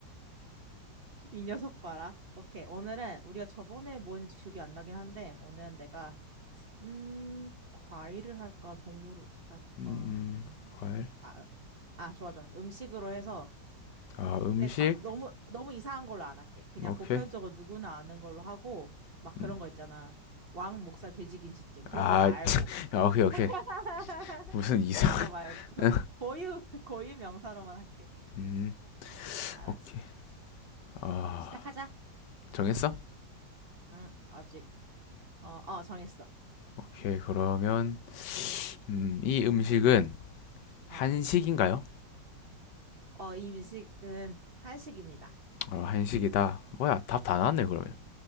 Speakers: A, on the right (about 40°); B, on the left (about 75°).
A: <laughs> 이 녀석 봐라. 오케이. 오늘은 우리가 저번에 뭐 했는지 기억이 안 나긴 한데 오늘은 내가 음, 과일을 할까? 동물을 할까?
B: 음, 과일.
A: 아, 아, 좋아, 좋아. 음식으로 해서
B: 아, 음식.
A: 근데 막 너무 너무 이상한 걸로 안 할게. 그냥
B: 오케이.
A: 보편적으로 누구나 아는 걸로 하고 막 그런
B: 음.
A: 거 있잖아. 왕 목살 돼지김치찜 그런
B: 아,
A: 거 말고
B: <laughs> 아, 오케이, 오케이.
A: <laughs>
B: 무슨 이상.
A: 그런 거 말고 <laughs>
B: <laughs>
A: 고유 고유 명사로만 할게.
B: 음,
A: 알았어.
B: 오케이. 아,
A: 시작하자.
B: 정했어?
A: 응, 아직 어, 어 정했어.
B: 오케이, 그러면, 음, 이 음식은 한식인가요?
A: 어, 어, 이 음식은 한식입니다.
B: 어, 한식이다. 뭐야, 답 다 나왔네, 그러면.